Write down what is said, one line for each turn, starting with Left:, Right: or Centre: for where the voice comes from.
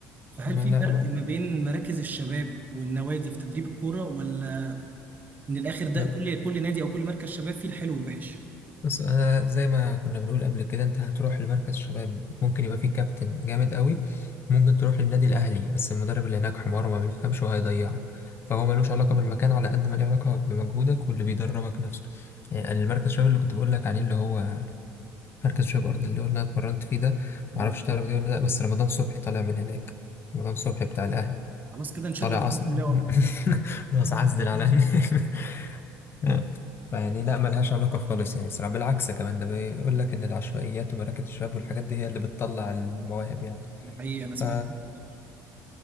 Right: فهل
Left: ما
Right: في
Left: لا
Right: فرق ما بين مراكز الشباب والنوادي في تدريب الكورة ولا من الآخر ده
Left: ما
Right: كل كل نادي أو كل مركز شباب فيه الحلو والوحش؟
Left: بس انا زي ما كنا بنقول قبل كده انت هتروح لمركز شباب ممكن يبقى فيه كابتن جامد قوي ممكن تروح للنادي الاهلي بس المدرب اللي هناك حمار وما بيفهمش وهيضيعك فهو ملوش علاقه بالمكان على قد ما له علاقه بمجهودك واللي بيدربك نفسه يعني المركز شباب اللي كنت بقول لك عليه اللي هو مركز شباب ارض اللي هو اللي انا اتمرنت فيه ده
Right: آه.
Left: معرفش تعرف ده ولا لا بس رمضان صبحي طالع من هناك رمضان صبحي بتاع الاهلي
Right: خلاص كده نشد
Left: طالع
Right: على قلب
Left: اصلا
Right: اللاوة بقى
Left: <laughs> بس عزل على هناك <laughs> فيعني لا ملهاش علاقة خالص يعني الصراحة بالعكس كمان ده بيقول لك إن العشوائيات ومراكز الشباب والحاجات دي هي اللي بتطلع المواهب يعني
Right: ده حقيقي أنا سمعت
Left: ف...
Right: <laughs>